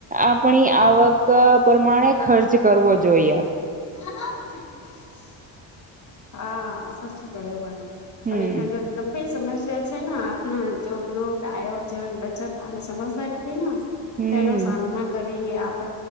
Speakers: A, on the right; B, on the left.
A: આપણી આવક પ્રમાણે ખર્ચ કરવો જોઈએ.
B: <inaudible> હા સાચું કયો પણ
A: હમ
B: પણ <unintelligible> ગંભીર સમસ્યા છેન આપણા જો યોગ આયોજન બચત અને સમજદારી થીન
A: હમ
B: તેનો સામના કર આપ